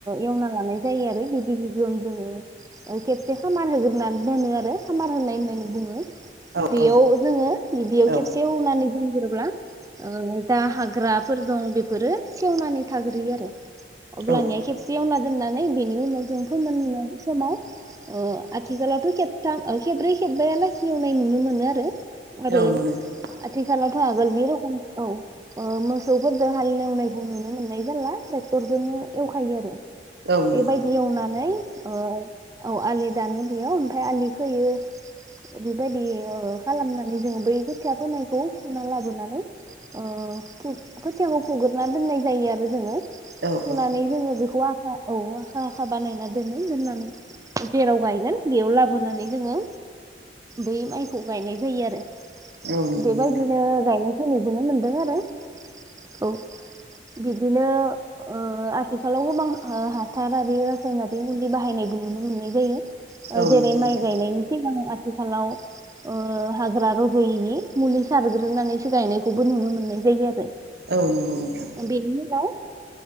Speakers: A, on the right; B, on the right.
A: एवना लानाय जायो आरो गिबि गिबियावनो जोङो ओ खेबसे खामार होग्रानै दोनो आरो खामार होनाय होननानै बुङो।
B: औ
A: बेयाव
B: औ
A: जोङो बेयाव
B: औ
A: खेबसे एवनानै दोनग्रोब्ला ओ जा हाग्राफोर दं बेफोरो सेवनानै थाग्रोयो आरो। अब्लानिया
B: औ
A: खेबसे एवना दोननानै बेनि उनाव जों फोमोननाय समाव ओ आथिखालावथ' खेबथाम खेबब्रै खेबबा आलासि एवनाय नुनो मोनो आरो आरो
B: औ नंगौ नोंथां
A: आथिखालाव आगोलनि रखम औ मोसौफोरजों हालेवनायखौ नुनो मोननाय जाला ट्रे क्टरजों एवखायो आरो।
B: औ नंगौ
A: बेबायदि एवनानै ओ औ आलि दानो बेयाव ओमफाय आलि खोयो बेबायदि ओ खालामनानै जोङो बै खोथिया फोनायखौ फुना लाबोनानै ओ फु खोथियाखौ फुगोरना दोननाय जायो आरो जोङो।
B: औ
A: फुनानै
B: औ
A: जोङो बेखौ आ औ आखा आखा बानायना दोनो दोननानै जेराव गायगोन बेयाव लाबोनानै जोंङो बै माइखौ गायनाय जायो आरो।
B: औ नंगौ
A: बेबायदिनो
B: नोंथां
A: गायनाय <unintelligible> मोनदों आरो औ बिदिनो ओ आथिखालाव गोबां ओ हासारारि रासायनारिक मुलि बाहायनायबो नुनो मोननाय जायो। ओ
B: औ
A: जेरै
B: नंगौ
A: माइ
B: नोंथां
A: गायनायनि सिगां आथिखालाव ओ हाग फोरा रजयैनि मुलि सारग्रोनानै सो गायनायखौबो नुनो मोननाय जायो आरो
B: औ नंगौ नोंथां
A: बेनि उनाव